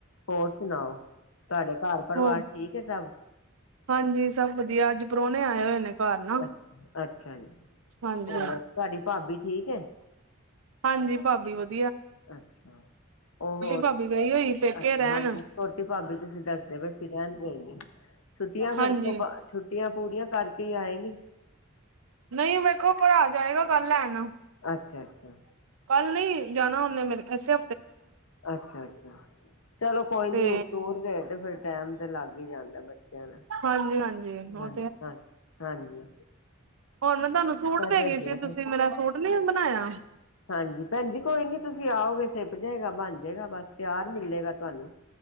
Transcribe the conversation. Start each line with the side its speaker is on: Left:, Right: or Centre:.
Left: ਹੋਰ ਸੁਣਾਓ? ਤੁਹਾਡੇ ਘਰ ਪਰਿਵਾਰ
Right: ਹੋ
Left: ਠੀਕ ਹੈ ਸਭ?
Right: ਹਾਂਜੀ, ਸਭ ਵਧੀਆ ਅੱਜ ਪ੍ਰੋਹਣੇ ਆਏ ਹੋਏ ਨੇ। ਘਰ ਨਾ
Left: ਅੱਛਾ-ਅੱਛਾ ਜੀ,
Right: ਹਾਂਜੀ
Left: ਹੋਰ ਤੁਹਾਡੀ ਭਾਬੀ ਠੀਕ ਹੈ?
Right: ਹਾਂਜੀ, ਭਾਬੀ ਵਧ
Left: ਅੱਛਾ, ਉਹ
Right: ਭਾਬੀ ਗਈ ਹੋਈ ਪੇਕੇ
Left: ਅੱਛਾ
Right: ਰਹਿਣ
Left: ਹਾਂਜੀ ਛੋਟੀ ਭਾਬੀ ਤੁਸੀਂ ਦੱਸਦੇ ਪੇ ਸੀਂ ਰਹਿਣ ਗਈ ਹੈ। ਛੁੱਟੀਆਂ ਫਿਰ
Right: ਹਾਂਜੀ
Left: ਤੋਂ ਬਾ ਛੁੱਟੀਆਂ ਪੂਰੀਆਂ ਕਰਕੇ ਹੀ ਆਏਗੀ।
Right: ਨਹੀਂ ਵੇਖੋ ਭਰਾ ਜਾਏਗਾ ਕੱਲ ਲੈਣ,
Left: ਅੱਛਾ-ਅੱਛਾ,
Right: ਕੱਲ ਨਹੀਂ ਜਾਨਾ ਉਹਨੇ ਮੈ ਐਸੇ,
Left: ਅੱਛਾ- ਅੱਛਾ, ਚਲੋ ਕੋਈ ਨੀ
Right: ਤੇ
Left: ਹੁਣ ਦੂਰ ਗਏ ਤੇ ਫਿਰ ਟੈਮ ਤੇ ਲੱਗ ਹੀ ਜਾਂਦਾ ਬੱਚਾ
Right: ਹਾਂਜੀ ਹਾਂਜੀ
Left: ਹਾਂਜੀ-ਹਾਂਜੀ-ਹਾਂਜੀ,
Right: ਉਹ ਉਹ ਮੈਂ ਨ ਤੁਹਾਨੂੰ ਸੂਟ ਦੇਗੀ
Left: ਹੈਗੀਆਂ
Right: ਸੀ, ਤੁਸੀਂ
Left: ਨੇ
Right: ਮੇਰਾ ਸੂਟ ਨੀ ਬਣਾਇਆ?
Left: ਹਾਂਜੀ, ਭੈਣਜੀ ਕੋਈ ਨੀ ਤੁਸੀਂ, ਆਓਗੇ ਸਿਪ ਜਾਏਗਾ ਬਣ ਜਾਏਗਾ ਬਸ ਤਿਆਰ ਮਿਲੇਗਾ ਤੁਹਾਨੂੰ।